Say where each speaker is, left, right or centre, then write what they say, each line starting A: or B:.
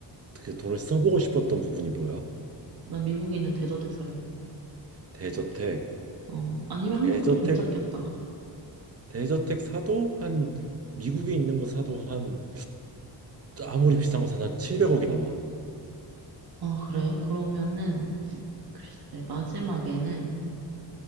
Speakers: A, on the right (about 35°); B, on the right (about 55°).
A: 그 돈을 써보고 싶었던 부분이 뭐야?
B: 난 미국에 있는 대저택 살래.
A: 대저택,
B: 어, 아니면
A: 대저택,
B: 한국도 괜찮겠다.
A: 대저택 사도 한 미국에 있는 거 사도 한 아무리 비싼 거 사도 한 700억이 나와.
B: 아, 그래? 그러면은, 글쎄, 마지막에는